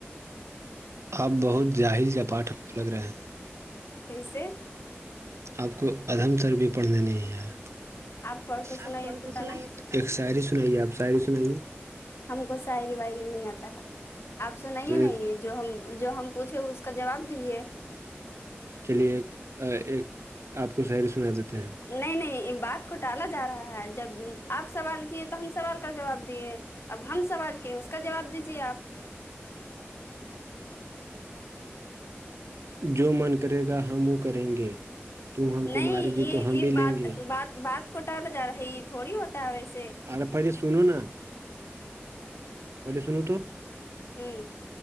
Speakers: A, on the right; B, on the left.
A: آپ بہت جاہل جپاٹ ہم کو لگ رہے ہیں
B: کیسے
A: آپ کو ادھم تر بھی پڑھنے نہیں ہے
B: آپ پڑھ کے سنائیے
A: آپ
B: تو ت
A: سائیے
B: نا
A: ایک شاعری سنائیے آپ شاعری سنائیے
B: ہم کو ساعری وائری نہیں آتا ہے آپ سناے
A: تو ایک
B: ن جو ہم جو ہم پوچھے اس کا جواب دیجیے
A: چلیے ایک ایک آپ کو ساعری سنا دیتے ہیں
B: نہیں نہیں بات کو ٹالا جا رہا ہے جب آپ سوال کیے تو ہم سوال کا جواب دیے اب ہم سوال کی ہیں اس کا جواب دیجیے آپ
A: جو من کرے گا ہم وہ کریں گے تم ہم
B: نہیں
A: کو مارے گی
B: یہ
A: تو ہم
B: یہ
A: بھی لیں
B: بات
A: گے
B: بات بات کو ٹالا جا رہا ہے یہ تھوڑی ہوتا ہے ویسے
A: ا پہلے سنوں نا پہلے سنو تو
B: ہوں